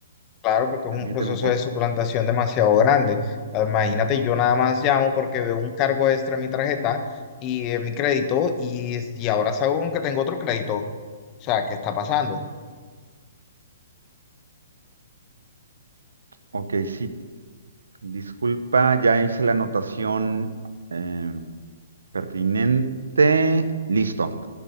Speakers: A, on the left; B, on the right.
A: Claro, porque
B: Permíteme
A: es un proceso
B: un poco.
A: de suplantación demasiado grande. Ah, Imagínate,
B: Ujú.
A: yo nada más llamo porque veo un cargo extra en mi tarjeta y en mi crédito y, y ahora salgo que tengo otro crédito. O sea, ¿qué está pasando?
B: Ok, sí. Disculpa, ya hice la anotación eh, pertinente. Listo.